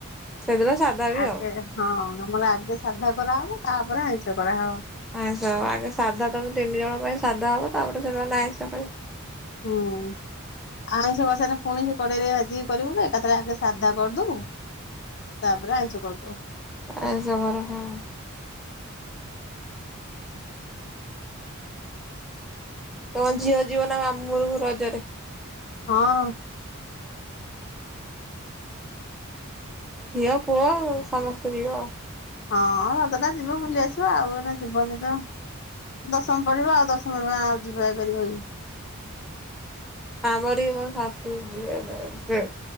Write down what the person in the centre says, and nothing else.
ସେଦିନ ସାଧା ବି
ଆଉ।
ଆଇଁଷ ହବ, ଆଗେ ସାଧା ତମ ତିନି ଜଣ ପାଇଁ ସାଧା ହବ ତାପରେ ସେମାନେ ଆଇଁଷ ଖାଇବେ।
ଆ ଜବର ନିୟମ। ତମ ଝିଅ ଯିବ ନା ମାମୁଁ ଘରକୁ ରଜରେ?
ଝିଅ ପୁଅ ସମସ୍ତେ ଯିବେ ଆଉ।
ଆମର ହିଁ ମୋ ଶାଶୁ ଯିବେ ସେ